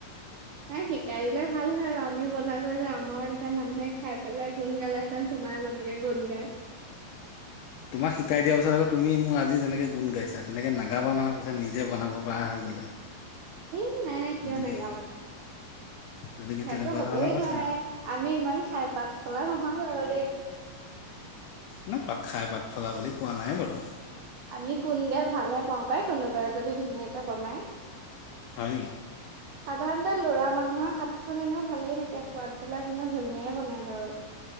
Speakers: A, on the right (about 80°); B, on the left (about 80°).
A: হে শিকাই দিলে ভাল হয় আৰু আমিও বনালোঁহেঁতেন। আমাৰো তেতিয়া মানুহে খাই পেলাই গুণ গালেহেঁতেন, তোমাৰ যেনেকে গুণ গায়।
B: তোমাক শিকাই দিয়াৰ পিছত আকৌ, তুমি মোক আজি যেনেকে গুণ গাইছা, তেনেকে নাগাবা নহয় পিছত, নিজে বনাব পৰা হৈ গ'লে।
A: ই নাই নাই, কিয়
B: গতিকে
A: নেগাম।
B: গতিকে
A: সেইটো
B: তেনেকুৱা
A: হ'বই
B: ধৰণৰ কথা
A: নোৱাৰে।
B: আৰু
A: আমি ইমান খাই পাত ফলা নহয় বাৰু দেই।
B: না পাত খাই পাত ফলা বুলি কোৱা নাই বাৰু।
A: আমি গুণ গাই ভালহে পাওঁ পাই কোনোবাই যদি ধুনীয়াকে বনাই।
B: হয় নেকি?
A: সাধাৰণতে ল'ৰা মানুহৰ হাতখন এনেও ভালেই থাকে। সোৱাদবিলাক এনেও ধুনীয়াই বনাই বাৰু।